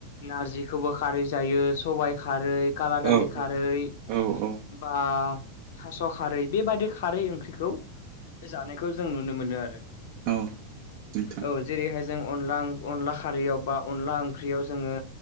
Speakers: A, on the left; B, on the right.
A: नारजिखौबो खारै जायो सबाइ खारै खाला दालि
B: औ
A: खारै
B: औ औ
A: बा थास' खारै बेबाददि खारै ओंख्रिखौ जानायखौ जों नुनो मोनो आरो।
B: औ नोंथां
A: औ जेरैहाय जों अनला अनला खारैयाव बा अनला ओंख्रियाव जोङो